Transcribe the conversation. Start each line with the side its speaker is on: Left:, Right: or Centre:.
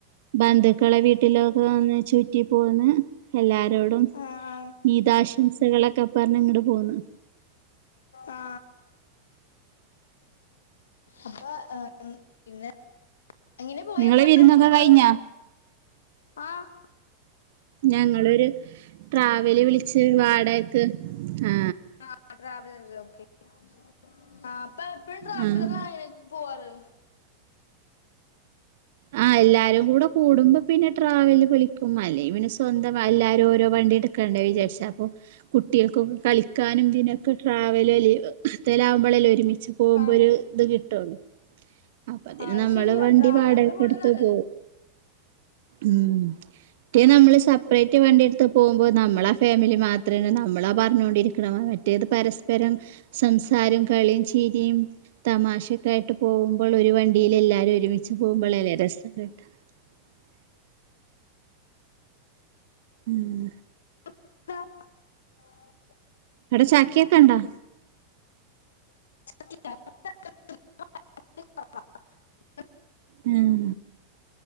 Right: ബന്ധുക്കളെ വീട്ടിലൊക്കെ വന്ന് ചുറ്റി പോന്ന് എല്ലാരോടും
Left: ആ ആ
Right: ഈദാശംസകളൊക്കെ പറഞ്ഞ് ഇങ്ങട്ട് പോന്ന്
Left: ആ അപ്പൊ ഏ മ് പിന്നെ എങ്ങനെ പോയപ്പ
Right: നിങ്ങളെ വിരുന്നൊക്കെ
Left: ഈ ടൂറ്
Right: കഴിഞ്ഞാ
Left: ആഹ്
Right: ഞങ്ങളൊരു ട്രാവല് വിളി <unintelligible> വാടകക്ക് ആ
Left: ആ ട്രാവലറിലൊക്കെ <unintelligible> ആ <unintelligible> ഇപ്പ എപ്പം ട്രാവലറിലാണോ
Right: ആ ആ
Left: പോവാറ്
Right: ആഹ എല്ലാരും കൂടെ കൂടുമ്പോ പിന്നെ ട്രാവല് വിളിക്കും അല്ലേ പിന്നെ സ്വന്തം എല്ലാരും ഓരോ വണ്ടി എടുക്കണ്ടേ വിചാരിച്ച് അപ്പൊ കുട്ടികൾക്കൊക്കെ കളിക്കാനും പിന്നെ ട്രാവല് <unintelligible> ആകുമ്പോഴല്ല ഒരുമിച്ച് പോകുമ്പോ
Left: ആ
Right: ഒരു ഇത് കിട്ടുള്ളൂ അപ്പൊ അതിന്
Left: ആ
Right: നമ്മള്
Left: ശരിയാ
Right: വണ്ടി
Left: ട്രാവലറിൽ
Right: വാടകയ്
Left: പോണ
Right: ട്ട്
Left: നല്ലത്
Right: പോ ഉം റ്റേ നമ്മള് സെപ്പറേറ്റ് വണ്ടി എടുത്ത് പോകുമ്പോൾ നമ്മള ആ ഫാമിലി മാ അത്ര നമ്മളാ പറഞ്ഞോണ്ടരിക്കണെന്ന്. മറ്റേത് പരസ്പരം സംസാരം കളിയും ചീരിയും തമാശക്ക ആയിട്ട് പോകുമ്പോൾ ഒരു വണ്ടിൽ എല്ലാരും ഒരുമിച്ച് പോകുമ്പോ <unintelligible> ഉം
Left: <unintelligible>
Right: എടാ ചാക്കിയൊക്കെ ഇണ്ടാ
Left: <unintelligible>
Right: ഉം